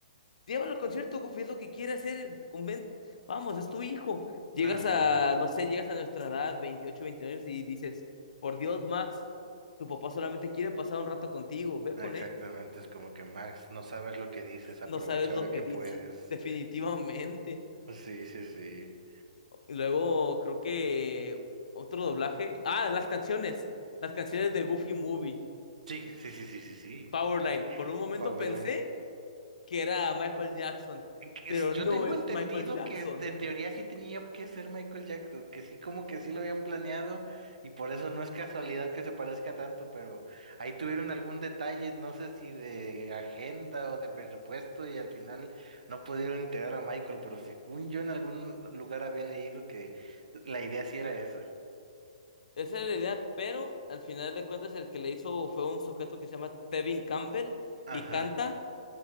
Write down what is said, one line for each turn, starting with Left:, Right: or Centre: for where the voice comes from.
Left: Llévalo al concierto, Goofy, es lo que quiere hacer. conven- Vamos, es tu hijo. Llegas
Right: Ajá,
Left: a, no sé, llegas a nuestra edad, 28, 29 años, y dices, por Dios, Max, tu papá solamente quiere pasar un rato contigo, ve con
Right: exactamente.
Left: él.
Right: Es como que Max, no sabes lo que dices, aprovecha
Left: No sabes lo
Right: ahora
Left: que
Right: que
Left: dice,
Right: puedes.
Left: definitivamente.
Right: Sí, sí, sí.
Left: Y luego creo que otro doblaje. Ah, las canciones, las canciones de Goofy Movie,
Right: Sí, sí, sí, sí, sí, sí.
Left: Powerline. Por un momento
Right: Powerland
Left: pensé que era Michael Jackson,
Right: que
Left: pero
Right: es- Yo
Left: no
Right: tengo
Left: es
Right: entendido
Left: Michael Jackson.
Right: que este, en teoría sí tenía que ser Michael Jackson, que sí, como que sí lo habían planeado y por eso no es casualidad que se parezca tanto, pero ahí tuvieron algún detalle, no sé si de agenda o de presupuesto y al final no pudieron integrar a Michael, pero según yo en algún lugar había leído que la idea sí era esa.
Left: Esa era la idea, pero al final de cuentas el que le hizo fue un sujeto que se llama Tevin Campbell
Right: Ajá,
Left: y canta